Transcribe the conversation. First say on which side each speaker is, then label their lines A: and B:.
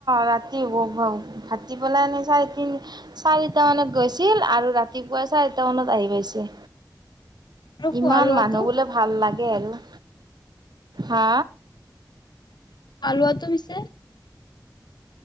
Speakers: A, on the right; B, on the left.
A: ৰাতি ভ ভ ভাটি পেলাই এনেই চাৰি তিনি চাৰিটা মানত গৈছিল আৰু ৰাতিপুৱাই চাৰিটা মানত আহি পাইছে
B: আৰু খোৱা
A: ইমান
B: লোৱাটো
A: মানুহ বোলে ভাল লাগে আৰু হা
B: আলুৱাটো মিছে